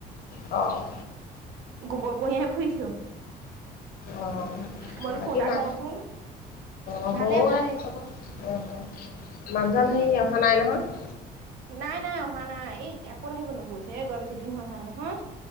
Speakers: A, on the left; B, on the right.
A: অ'।
B: গোবৰ কঢ়িয়াই ফুৰিছোঁ।
A: অ',
B: বোলো
A: বাকী
B: ফোন এটা
A: মা,
B: কৰোচোন
A: অ'
B: ভালেই
A: মোৰ
B: ভালেই
A: এই খবৰ অ', মানুহজন হেৰি অহা নাই নহয়?
B: নাই নাই অহা নাই, এই এতিয়া ক'ত আহিব, গৈছে যোৱা বেছিদিন হোৱা নাই নহয়।